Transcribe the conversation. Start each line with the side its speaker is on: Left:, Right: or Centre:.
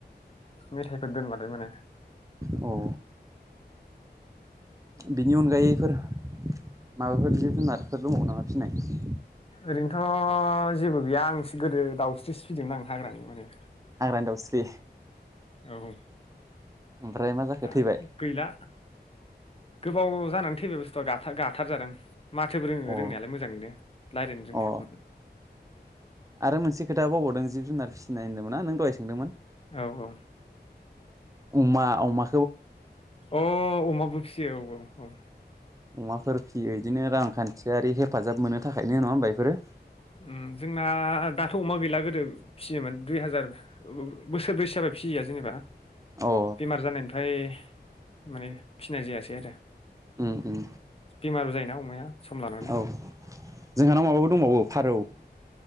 Left: मेथाइफोर दोनबाथाय माने
Right: औ बिनि अनगायैफोर माबाफोर जिब जुनारफोर दङ नामा फिसिनाय?
Left: ओरैनोथ' जेबो गैया आंस गोदो दाउस्रिसो फिदों आं हाग्रानि माने
Right: हाग्रानि दाउस्रि
Left: औ
Right: ओमफ्राय मा जाखो
Left: दा
Right: थैबाय
Left: गैला। गोबाव जानानै थैबाय बुस्थुया गार गाथार जादों। माथोबो रोङो
Right: अ
Left: रोंनायालाय मोजाङैनो रायज्लायनो रोङो
Right: अ आरो मोनसे खोथा बावबावदों जिब जुनार फिसि नाय होन्दोंमोना नों दहाय सोंदोंमोन
Left: औ औ
Right: अमा अमा
Left: अ अमाबो फिसियो औ औ अ
Right: अमाफोर फियो बिदिनो रांखान्थियारि हेफाजाब मोननो थाखायनो नङा होनोमबा इफोरो।
Left: ओम जोंना दाथ' अमा गैला गोदो फिसियोमोन दुइ हाजार बोसोर ब्रैसो जाबा फिसिया जेनेबा
Right: अ
Left: बेमार जानायनिफ्राय माने फि नाय जायासै आरो
Right: उम उम
Left: बेमारबो जायोना अमाया सम लानानै।
Right: औ जोंहानाव माबाबो दंबावो फारौ ।